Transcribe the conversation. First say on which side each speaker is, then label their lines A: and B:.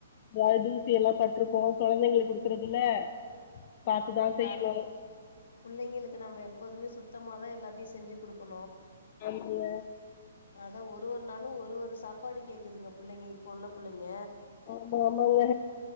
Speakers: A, on the left; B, on the left.
A: மாதூசி எல்லாம் பட்ருக்கும் கொழந்தைங்களுக்கு குடுக்குறதுல பாத்துதா
B: ஆமா
A: செய்யணு
B: தரம் புள்ளங்களுக்கு நம்ம எப்போதுமே சுத்தமாதான் எல்லா செஞ்சி குடுக்கணும்
A: ஆமாங்க
B: அதான் ஒரு ஒரு நாளும் ஒரு ஒரு சாப்பாடு கேக்குதுங்க புள்ளங்க இப்போ உள்ள புள்ளங்க
A: ஆமா ஆமாங்க